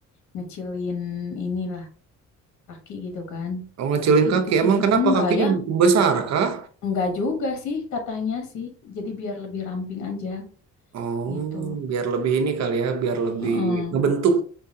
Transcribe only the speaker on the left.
ngecilin inilah kaki gitu kan.
Kaki
dikecilin.
Enggak
ya,
Enggak juga sih katanya sih. Jadi biar lebih ramping aja
gitu.
Mm-mm.